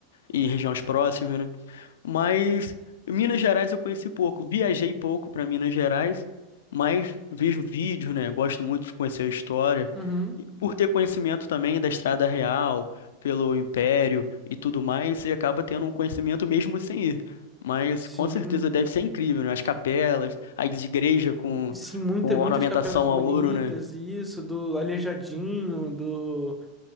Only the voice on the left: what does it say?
e regiões próximas, né? Mas Minas Gerais eu conheci pouco. Viajei pouco para Minas Gerais, mas vejo vídeos, né? Gosto muito de conhecer a história.
E Por ter conhecimento também da Estrada Real, pelo Império e tudo mais, você acaba tendo um conhecimento mesmo sem ir. Mas
com certeza deve ser incrível, né? As capelas, as igrejas com,
com
ornamentação
a ouro, né?